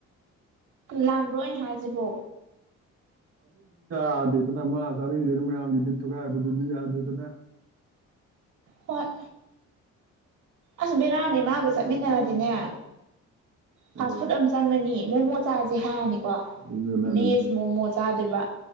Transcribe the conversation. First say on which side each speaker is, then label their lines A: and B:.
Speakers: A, on the right; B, on the right.
A: ꯂꯥꯟꯕ꯭ꯔꯣꯅ ꯍꯥꯏꯁꯤꯕꯣ
B: ꯌꯥꯗꯇꯅ ꯃꯥ ꯁꯔꯗꯔꯒꯤꯗꯤ ꯊꯨꯒꯕꯗꯨ ꯌꯥꯗꯅ
A: ꯄꯠ ꯑꯁ ꯕꯤꯔꯥꯅꯤ ꯃꯥꯒ ꯆꯠꯃꯤꯟꯅꯔꯗꯤꯅꯦ
B: ꯀꯩꯗꯧꯔꯕ
A: ꯐꯥꯁ ꯐꯨꯗ ꯑꯃ ꯆꯪꯉꯅꯤ ꯃꯣꯃꯣ ꯆꯥꯁꯦ ꯍꯥꯏꯔꯅꯤꯀꯣ
B: ꯑꯗꯨ ꯅꯪ
A: ꯚꯦꯖ ꯃꯣꯃꯣ ꯆꯥꯗꯣꯏꯕ